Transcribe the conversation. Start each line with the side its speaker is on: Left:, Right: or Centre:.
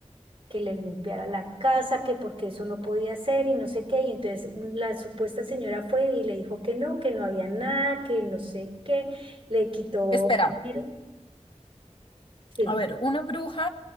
Right: que le limpiara la casa, que porque eso no podía ser y no sé qué. Y entonces la supuesta señora fue y le dijo que no, que no había nada, que no sé qué, le quitó
Left: Espera,
Right: dinero. Sí.
Left: a ver, una bruja